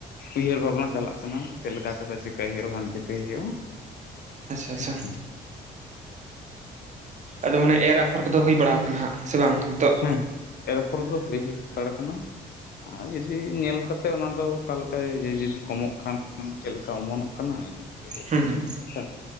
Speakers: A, on the left; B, on the right.
A: ᱩᱭᱦᱟᱹᱨ ᱵᱷᱟᱵᱱᱟ ᱪᱟᱞᱟᱜ ᱠᱟᱱᱟ ᱪᱮᱫ ᱞᱮᱠᱟ ᱠᱟᱛᱮ ᱪᱤᱠᱟᱹᱭ ᱦᱩᱭᱩᱜ-ᱟ ᱵᱟᱝ ᱪᱤᱠ ᱪᱤᱠᱟ. ᱭ ᱦᱩᱭᱩᱜ-ᱟ
B: ᱟᱪᱪᱷᱟ ᱟᱪᱪᱷᱟ
A: ᱦᱮ ᱥᱮ
B: ᱟᱫᱚ ᱢᱟᱱᱮ ᱮᱨ ᱟᱯᱷᱚᱨ ᱠᱚᱫᱚ ᱦᱩᱭ ᱵᱟᱲᱟ ᱠᱟᱱᱟ ᱦᱟᱸᱜ ᱥᱮ ᱵᱟᱝ? ᱱᱤᱛᱚᱜ
A: ᱦᱮᱸ ᱮᱨ ᱟᱯᱷᱚᱨ ᱫᱚ ᱦᱩᱭᱛᱟᱲ ᱠᱟᱱᱟ᱾ ᱟᱨ ᱡᱩᱫᱤ ᱧᱮᱞ ᱠᱟᱛᱮᱫ ᱚᱱᱟ ᱫᱚ ᱚᱠᱟᱞᱮᱠᱟ ᱡᱩᱫᱤ ᱠᱚᱢᱚᱜ ᱠᱷᱟᱱ ᱪᱮᱫ ᱞᱮᱠᱟ ᱚᱢᱚᱱᱚᱜ ᱠᱟᱱᱟ ᱦᱮᱡ
B: ᱦᱩᱸ
A: ᱠᱟᱱᱟ
B: ᱦᱩᱸ
A: ᱠᱟᱛᱷᱟ